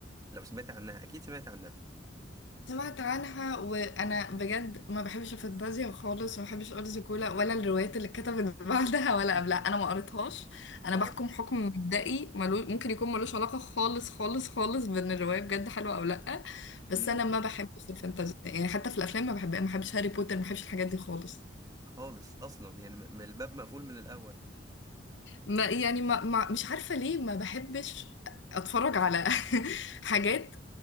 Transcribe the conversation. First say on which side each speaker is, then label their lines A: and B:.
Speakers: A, on the right; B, on the left.
A: لو سمعتي عنها اكيد سمعتي عنها
B: سمعت عنها وانا بجد ما بحبش الفانتازيا خالص وما بحبش ارض زيكولا ولا الروايات اللي اتكتبت <laughs> بعدها ولا
A: <laughs>
B: قبلها انا ما قريتهاش انا
A: اه
B: بحكم حكم مبدئي ملو... ممكن يكون ملوش علاقه خالص خالص خالص بان الروايه بجد حلوه او لا بس
A: امم
B: انا ما بحبش الفانتازيا يعني حتى في الافلام ما بحب ما بحبش هاري بوتر ما بحبش الحاجات دي خالص
A: خالص اصلا يعني م- م- الباب مقفول من الاول
B: ما يعني ما ما مش عارفة ليه ما بحبش اتفرج على <laughs> حاجات